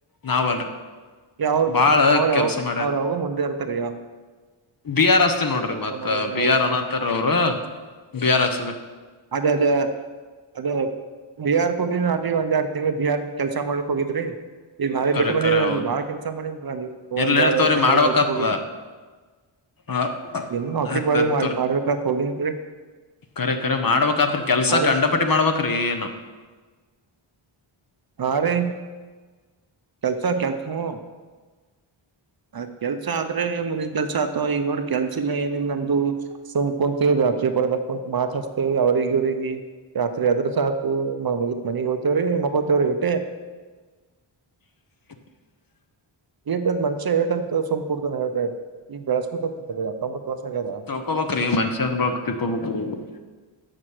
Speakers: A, on the left (about 45°); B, on the right (about 45°).
A: ನಾವಲ್ರಿ.
B: ಯಾವಾಗ್
A: ಬಾಳ
B: ಅವ್ರ ಯಾವ
A: ಕೆಲ್ಸ ಮಾಡ್ಯಾರ
B: ಅವ್ರ ಯಾವಾಗು ಮುಂದೆ ಇರ್ತಾರೆ. <unintelligible>
A: ಬಿ ಆರ್ ಹಚ್ಚಿತಿನಿ ನೋಡ್ರಿ
B: ಕೆಲ್ಸ
A: ಮತ್
B: ಮಾಡದ್ರೆ
A: ಬಿ ಆರ್ ಅನಕಥರ ಅವರು ಬಿ ಆರ್ ಹಚ್ಚದೆ.
B: ಅದೇ ಅದೇ. ಅದ ಬಿಹಾರ್ಕ್ ಹೋಗಿದ್ದೆ ಅದೇ ಒಂದ್ ಎರಡು ತಿಂಗಳು ಬಿಹಾರ್ ಕೆಲ್ಸ ಮಾಡ್ಲಕ್ ಹೋಗಿದ್ರಿ. ಈಗ ನಾವೇ
A: ಕರೆ
B: ಬಿಟ್ಟು ಬಂದಿದೆ
A: ಕರೆ
B: ನನ್ಗೆ
A: ಹೌದು
B: ಬಾಳ ಕೆಲಸ ಮಾಡಿದ್ ನನ್
A: ಇರ್ಲಿ
B: ಒಂದ
A: ಇರ್
B: ಎರಡು ವರ್ಷ
A: ತೋರಿ
B: ಆ
A: ಮಾಡ್ಬೇಕತದ
B: ಕಡೆ ಕೆಲ್ಸಕ್ ಹೋಗಿದ್ದ.
A: ಹ
B: ಎಲ್ಲಾ ಹೊಟ್ಟಿಕ್
A: ಆಯ್ತತ್
B: ಬಾಳಿವಿ ಮಾಡ
A: ತೋರಿ
B: ಮಾಡ್ಬೇಕತ್ ಹೋಗಿನ್ರಿ.
A: ಕರೆ ಕರೆ ಮಾಡ್ಬೇಕಾತ್ರಿ ಕೆಲ್ಸ
B: ಹಾ ರೀ
A: ಕಂಡಪಟ್ಟಿ ಮಾಡ್ಬೇಕ್ರಿ ಏನು.
B: ಹಾ ರೀ. ಕೆಲ್ಸ ಕೆಲ್ಸ ಹೂ. <unintelligible> ಅದೇ ಕೆಲ್ಸ ಆದ್ರೆ ಮುಂದಿನ ಕೆಲ್ಸ ಆಗ್ತಾವ ಈಗ ನೋಡ ಕೆಲ್ಸಿಲ್ಲ ಏನಿಲ್ಲ ನಂದು. ಸುಮ್ ಕುಂತಿವಿ ರಾತ್ರಿ ಬರ್ಬೇಕು ಮಾತ್ ಅಚ್ತೀವಿ ಅವರಿಗಿ ಇವರಿಗಿ ರಾತ್ರಿ ಆದ್ರಾ ಸಾಕು. ಮುಗಿತ್ ಮನಿಗ್ ಹೋಗ್ತಿವ್ರಿ ಮಕ್ಕೋತೇವ್ರಿ ಅಟೆ.
A: <inaudible>
B: ಏಟ್ ಅಂತ ಮನುಷ್ಯ ಏಟ್ ಅಂತ ಸಮ್ ಕುರ್ತನಾ ಹೇಳ್ರಿ, ಈಗ ಬೆಳೆಸ್ಬೆಕ್ ಆಗುತ್ ರೀ ಅತ್ತೊಂಬತ್ತು ವರ್ಷ ಆಗ್ಯದ.
A: ತಿಳ್ಕೊಬೇಬೇಕು ರ್ರೀ ಮನುಷ್ಯ ಅಂದ ಬಳಿಕ ತಿಕ್ಕೋಬೇಕು.